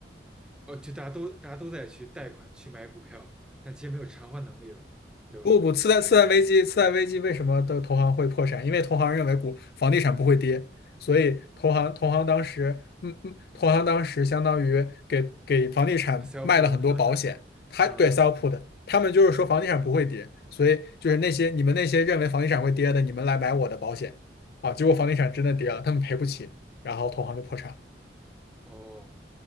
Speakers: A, in the centre; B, on the left (about 55°).
A: 哦，就大家都大家都在去贷款去买股票，但其实没有偿还能力了，对吧
B: 不不，次贷次贷危机次贷危机为什么的投行会破产？因为投行认为股房地产不会跌，所以投行投行当时嗯嗯，投行当时相当于给给房地产卖了很多保险，
A: ？sell pull 的，<laughs> 呵呵
B: 他对
A: 嗯，
B: sell put，他们就是说房地产不会跌，所以就是那些你们那些认为房地产会跌的，你们来买我的保险啊，结果房地产真的跌了，
A: 哦，
B: 他们赔不起，然后投行就破产了。
A: 哦，